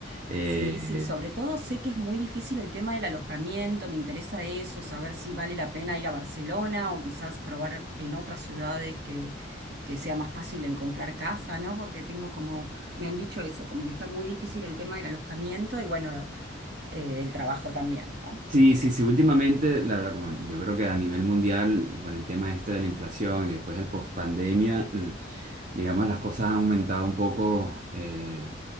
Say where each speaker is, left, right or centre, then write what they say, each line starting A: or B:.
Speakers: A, on the right; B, on the right.
A: Eh,
B: Sí, sí, sobre todo sé que es muy difícil el tema del alojamiento, me interesa eso, saber si vale la pena ir a Barcelona o quizás probar en otras ciudades que, que sea más fácil encontrar casa, ¿no? Porque tengo como, me han dicho eso, como que está muy difícil el tema del alojamiento y bueno, eh, el trabajo también, ¿no?
A: Sí, sí, sí, últimamente, la verdad, como yo creo que a nivel mundial, con el tema este de la inflación y después del post-pandemia, l- digamos, las cosas han aumentado un poco, eh,